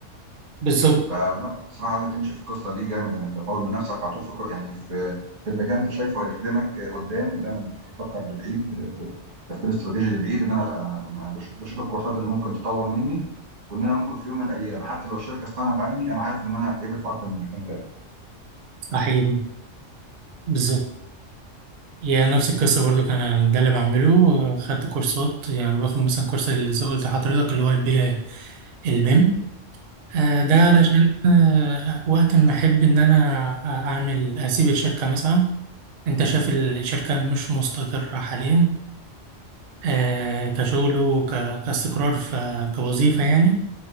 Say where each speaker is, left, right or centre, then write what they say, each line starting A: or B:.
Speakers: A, on the right; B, on the right.
A: بالظبط
B: فلا بصراحه لازم تمشي في القصه دي جامد انك تطور من نفسك على طول في كو- يعني في في المجال انت شايفه هيخدمك آه، قدام دايما تفكر لبعيد آه، تفكير استراتيجي لبعيد ان انا لا انا بش- بشوف الكورسات اللي ممكن تطور مني وان انا ممكن في يوم من الايام حتى لو الشركه استغنت عني انا عارف ان انا هتقبل في اكتر من مكان تاني
A: صحيح بالظبط يعني نفس القصة برضو كان أنا ده اللي بعمله خدت كورسات يعني باخد مثلا كورس اللي زي قلت لحضرتك اللي هو البي البيم آه، ده علشان
B: تمام
A: آه، وقت ما أحب إن أنا أعمل أسيب الشركة مثلا أنت شايف الشركة مش مستقرة حاليا آه، كشغله ك- كاستقرار ف- كوظيفة يعني